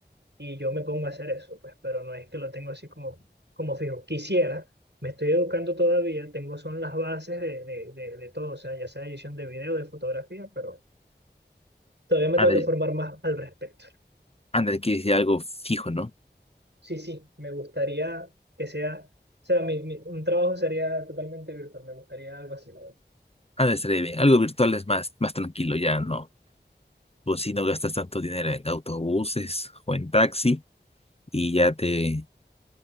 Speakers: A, on the right; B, on the left.
A: y yo me pongo a hacer eso, pues, pero no es que lo tengo así como, como fijo. Quisiera, me estoy educando todavía, tengo son las bases de, de, de, de todo, o sea, ya sea edición de video, de fotografía, pero todavía me
B: Ándale,
A: tengo que formar más al respecto.
B: ándale, quieres decir algo fijo, ¿no?
A: Sí, sí, me gustaría que sea, o sea, mi, mi- un trabajo sería totalmente virtual, me gustaría algo así, la verdad.
B: Ah, estaría bien. Algo virtual es más, más tranquilo, ya no. Pues si no gastas tanto dinero en autobuses o en taxi y ya te,